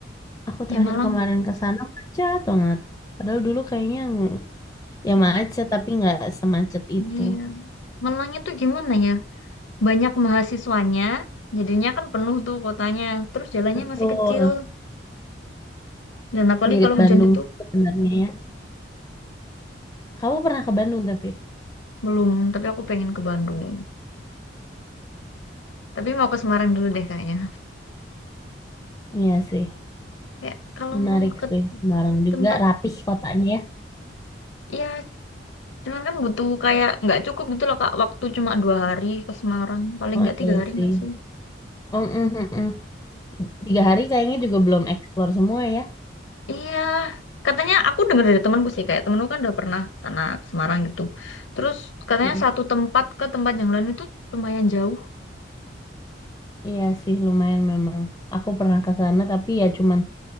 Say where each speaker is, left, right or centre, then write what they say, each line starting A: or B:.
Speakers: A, on the left; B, on the left.
A: Aku
B: Ya
A: terakhir
B: Malang.
A: kemarin ke sana macet banget. Padahal dulu kayaknya ng- ya
B: Iya.
A: macet tapi nggak semacet itu.
B: Iya. Malang itu gimana ya? banyak mahasiswanya, jadinya kan penuh tuh kotanya. Terus jalannya
A: Betul,
B: masih kecil. Dan apalagi
A: mirip
B: kalau Nah,
A: Bandung
B: hujan itu
A: sih sebenarnya ya. Kamu pernah ke Bandung tapi?
B: belum, tapi aku pengen ke Bandung. Tapi mau ke Semarang dulu deh kayaknya.
A: Iya sih,
B: Kayak kalau
A: menarik
B: mau ke
A: sih. Semarang juga
B: tempat
A: rapih kotanya ya.
B: ya cuman kan butuh kayak nggak cukup gitu loh Kak waktu cuma dua hari ke Semarang paling
A: Oh
B: nggak tiga
A: iya
B: hari
A: sih.
B: nggak sih
A: Mm, mm, mm, mm. Tiga hari kayaknya juga belum eksplor semua ya.
B: iya katanya aku dengar dari temanku sih kayak temanku kan udah pernah sana ke Semarang gitu terus katanya
A: Mm,
B: satu tempat ke tempat yang lain itu lumayan jauh
A: Iya sih lumayan memang. Aku pernah ke sana tapi ya cuman